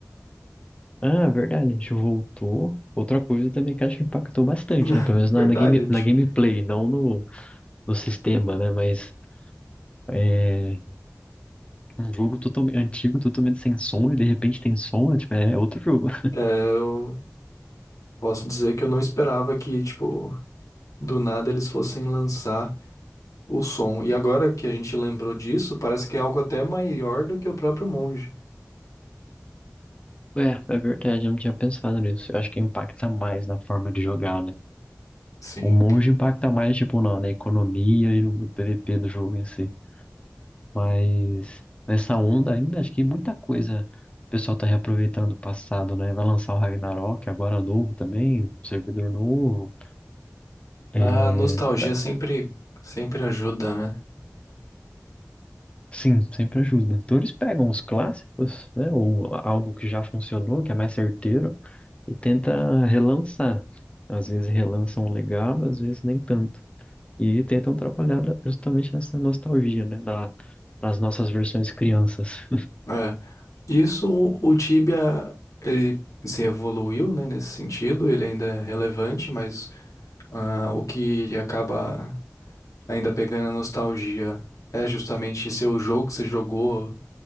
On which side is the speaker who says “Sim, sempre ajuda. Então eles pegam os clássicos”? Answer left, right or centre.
Left